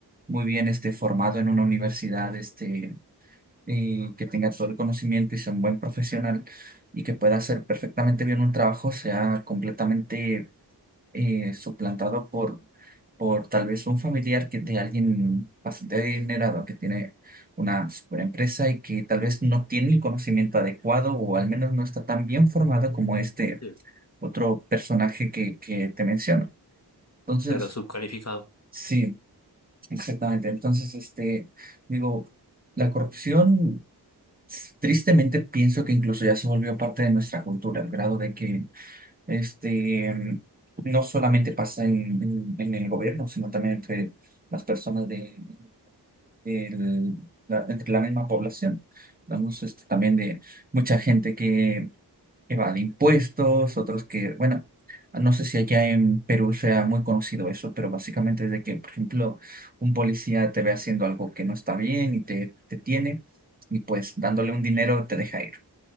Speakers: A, on the right; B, on the left.
A: muy bien este, formado en una universidad, este y que tenga todo el conocimiento y sea un buen profesional y que pueda hacer perfectamente bien un trabajo, sea completamente eh, suplantado por, por tal vez un familiar que de alguien bastante adinerado que tiene una super empresa y que tal vez no tiene el conocimiento adecuado o al menos no está tan bien formado como este
B: sí.
A: otro personaje que, que te menciono. Entonces,
B: Claro, subcalificado.
A: sí, exactamente. Entonces, este, digo, la corrupción. Tristemente pienso que incluso ya se volvió parte de nuestra cultura, al grado de que este, mm, no solamente pasa en, en- en el gobierno, sino también entre las personas de, del- la, entre la misma población. Vamos este, también de mucha gente que evade impuestos, otros que, bueno, no sé si allá en Perú sea muy conocido eso, pero básicamente es de que, por ejemplo, un policía te ve haciendo algo que no está bien y te, te tiene, y pues dándole un dinero te deja ir.